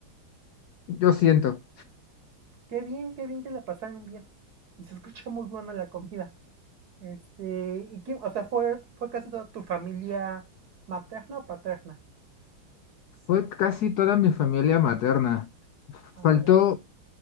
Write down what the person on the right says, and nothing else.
Qué bien, qué bien que la pasaron bien. Y se escucha muy buena la comida. Este, ¿y quién, o sea, fue, fue casi toda tu familia materna o paterna?
Ah,
ok.